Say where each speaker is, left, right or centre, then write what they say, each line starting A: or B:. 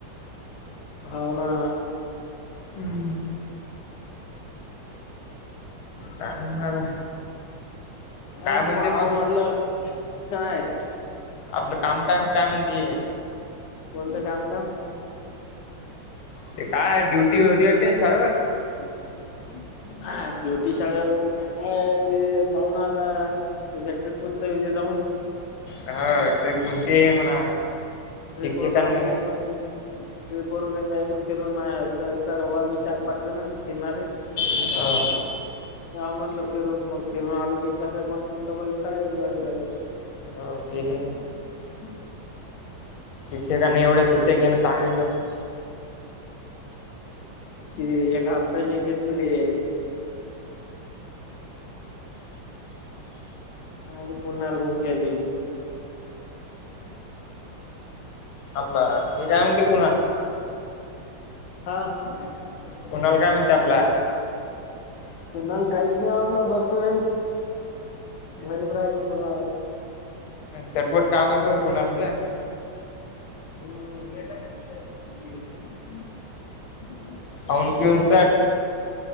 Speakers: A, on the left; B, on the left.
A: होव ना
B: हम् काय मला काय
A: अ
B: म्हणते
A: पावा
B: मग
A: म्हटलं काय
B: आपलं काम काय काय म्हणते
A: कोणतं काम काम
B: ते काय ड्युटी होती अटेनशबर
A: ह् हा ब्युटी शाळेवरून कुठ काय आहे ते पाहणार आ एकदा ट्रीप तरथे जाऊन
B: हा ट्र्रीप कोणती आहे म्हणा
A: करून
B: शिक्षकांना
A: आलं कि मग ट्रिप वरून एकदा येतो फिरून सर सर व मी चार पाच जण फिरणार आहे
B: हो
A: म्हटलं फिरवून मग फिरून आलो की कसं मग डबल शाळेेत जॉईन कर
B: हो ते हे
A: हम्् हम्
B: शिक्षकांना एवढ्या सुट्ट्या घेणं चांगली नसते
A: अक्चुली एक हातदाची घेतले हून मुनणार घुमक्या बी ह
B: आपलं हेच्या म्हण ते कुला
A: हा बा ह
B: कुणाल काय म्हणते आपला
A: तुणाल काहीच नाही आपला बसून घरीच राहते कुणा
B: सटपट काम असेल कुणालचं
A: हो
B: अनतीोसठ